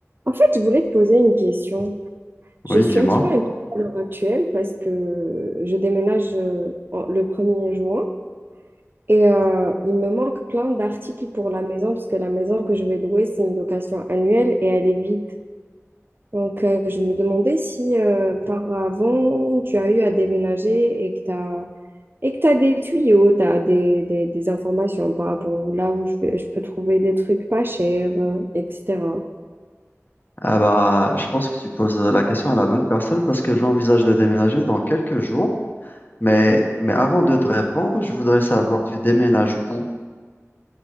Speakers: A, on the right (about 45°); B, on the left (about 40°).
A: En fait, je voulais te poser une question. Je
B: Oui,
A: suis
B: dis-moi.
A: un petit peu inquiète à l'heure actuelle parce que je déménage euh, en- le premier juin et euh, il me manque plein d'articles pour la maison parce que la maison que je vais louer, c'est une location annuelle et elle est vide. Donc, euh, je me demandais si euh, par avant, tu as eu à déménager et que tu as, et que t'as des tuyaux, tu as des, des, des informations par rapport à là où je, vais- je peux trouver des trucs pas chers, euh, etc.
B: Ah bah, je pense que tu poses la question à la bonne personne parce que j'envisage de déménager dans quelques jours. Mais, mais avant de te répondre, je voudrais savoir, tu déménages où?